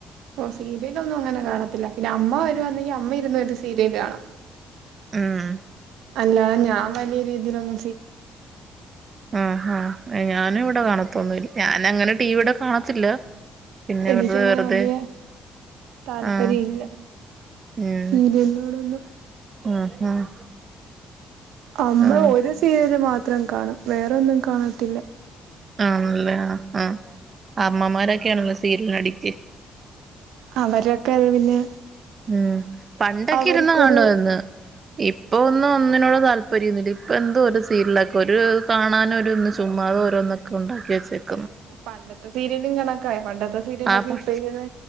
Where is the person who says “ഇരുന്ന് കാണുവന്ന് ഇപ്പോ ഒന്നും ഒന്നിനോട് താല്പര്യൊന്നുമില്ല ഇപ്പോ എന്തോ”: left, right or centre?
Right